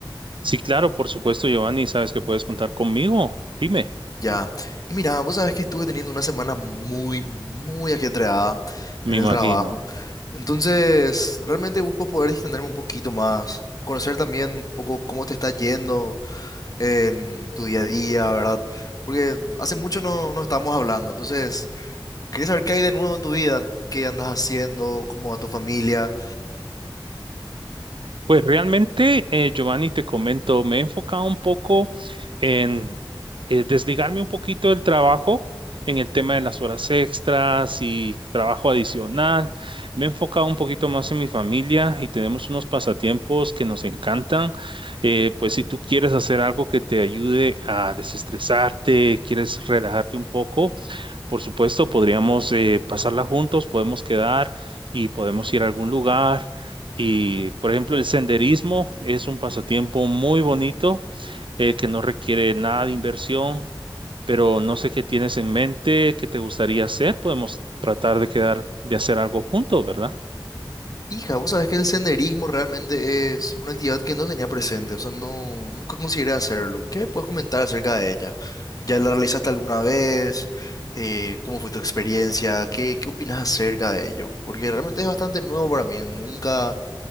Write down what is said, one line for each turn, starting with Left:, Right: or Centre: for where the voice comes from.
Right: Sí, claro, por supuesto, Giovanni. Sabes que puedes contar conmigo. Dime.
Left: Ya. Y mira, vos sabés que estuve teniendo una semana muy, muy ajetreada
Right: Me
Left: en el
Right: imagino.
Left: trabajo. Entonces, realmente busco poder distenderme un poquito más, conocer también un poco cómo te está yendo en tu día a día, ¿verdad? Porque hace mucho no, no estamos hablando. Entonces, quería saber qué hay de nuevo en tu vida, qué andas haciendo, cómo va tu familia.
Right: Pues realmente, eh, Giovanni, te comento, me he enfocado un poco en eh, desligarme un poquito del trabajo en el tema de las horas extras y trabajo adicional. Me he enfocado un poquito más en mi familia y tenemos unos pasatiempos que nos encantan. Eh, pues si tú quieres hacer algo que te ayude a desestresarte, quieres relajarte un poco, por supuesto, podríamos eh, pasarla juntos, podemos quedar y podemos ir a algún lugar. Y, por ejemplo, el senderismo es un pasatiempo muy bonito eh, que no requiere nada de inversión, pero no sé qué tienes en mente, qué te gustaría hacer. Podemos tratar de quedar, de hacer algo juntos, ¿verdad?
Left: Hija, vos sabés que el senderismo realmente es una actividad que no tenía presente, o sea, no, nunca consideré hacerlo. ¿Qué me puedes comentar acerca de ella? ¿Ya la realizaste alguna vez? Eh, ¿cómo fue tu experiencia? ¿Qué, qué opinas acerca de ello? Porque realmente es bastante nuevo para mí, nunca